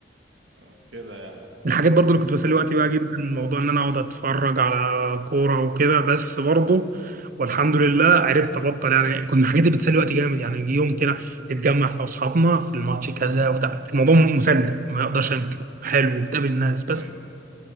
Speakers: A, on the right; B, on the right.
A: آه... كده يعني
B: من الحاجات برضو اللي كنت بسلي وقتي بقى
A: ما...
B: جدا الموضوع ان انا اقعد اتفرج على كوره وكده بس برضو والحمد لله عرفت ابطل يعني كنت من الحاجات اللي بتسلي وقتي جامد يعني يجي يوم كده نتجمع احنا واصحابنا في الماتش كذا وبتاع الموضوع مسلي ما اقدرش انكر حلو وبتقابل الناس بس
A: ايوه